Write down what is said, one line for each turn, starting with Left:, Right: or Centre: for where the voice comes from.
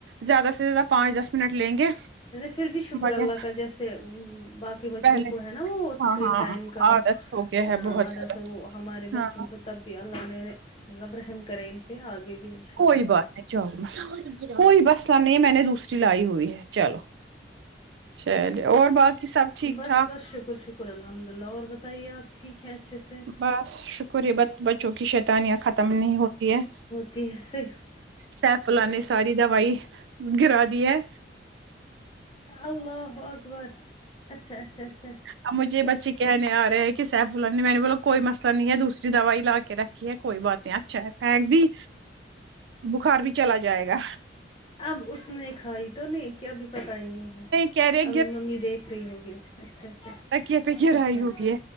Right: زیادہ سے زیادہ پانچ دس منٹ لیں گے
Left: پھر بھی شکر
Right: مگر
Left: اللہ کا جیسے ام باقی بچوں
Right: پہلے
Left: کو ہے نا وہ اسکرین
Right: ہاں ہاں
Left: ٹائم کا
Right: عادت ہو گیا
Left: ہاں
Right: ہے بہت
Left: عادت
Right: زیادہ
Left: ہے وہ ہمارے بچوں
Right: ہاں
Left: کو تب پے اللہ نے مطلب رحم کرے ان پہ آگے بھی انشاء
Right: کوئی
Left: اللہ
Right: بات نہیں جاو بس کوئی مسلہ نہیں میں نے دوسری لائی ہوئی ہے چلو چلے اور باقی سب ٹھیک
Left: بس
Right: ٹھاک
Left: بس شکر شکر الحمد للہ اور بتائیے آپ ٹھیک ہے اچھے سے
Right: بس شکر ہے ب بچوں کی شیطانیاں ختم نہیں ہوتی ہے
Left: تھی سی
Right: سیفاللہ نے ساری دوائی گرا دی ہے
Left: اللہ اکبر اچھا اچھا اچھا
Right: اب مجھے یہ
Left: اس
Right: بچے کہنے آ رہے ہیں کہ سیفاللہ میں نے بولاو کوئی مسئلہ نہیں ہے دوسری دوائی لا کے رکھ کی ہے کوئی بات نہیں اچھا ہے پھینک دی بخار بھی چلا جائے گا
Left: اب اس نے کھائی تو نہیں کیا ابی پتا ہی نہیں ہے
Right: کہہ رہے
Left: ابھی ممی دیکھ رہی ہوگی اچھا اچھا
Right: تکیہ پے گرائی
Left: اچھا اچھا
Right: ہوگی یہ